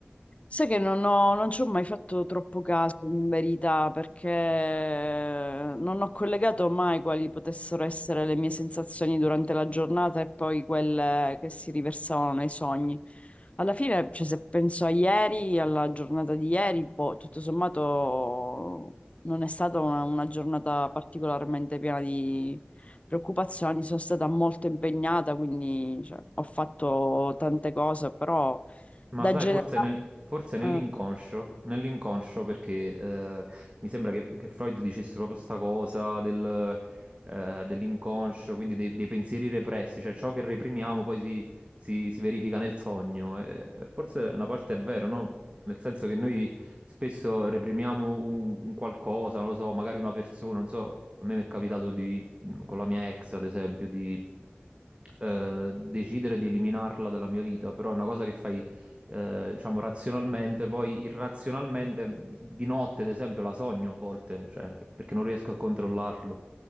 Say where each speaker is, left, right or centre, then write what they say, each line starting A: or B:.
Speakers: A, on the left; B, on the right.
A: Sai che non ho- non ci ho mai fatto troppo caso, in verità, perché non ho collegato mai quali potessero essere le mie sensazioni durante la giornata e poi quelle che si riversavano nei sogni. Alla fine, cioè, se penso a ieri, alla giornata di ieri, boh, tutto sommato non è stata una, una giornata particolarmente piena di preoccupazioni, sono stata molto impegnata, quindi, cioè, ho fatto tante cose, però
B: Ma
A: da
B: sai,
A: generale...
B: forse, ne- forse nell'inconscio,
A: eh,
B: nell'inconscio perché eh, mi sembra che, che Freud dicesse proprio sta cosa del, eh, dell'inconscio, quindi dei, dei pensieri repressi, cioè ciò che reprimiamo poi si, si- si verifica nel sogno. E forse una parte è vero, no? Nel senso che noi spesso reprimiamo un, un qualcosa, non lo so, magari una persona, non so, a me mi è capitato di, con la mia ex, ad esempio, di eh, decidere di eliminarla dalla mia vita, però è una cosa che fai eh, diciamo razionalmente, poi irrazionalmente di notte, ad esempio, la sogno a volte, cioè, perché non riesco a controllarlo.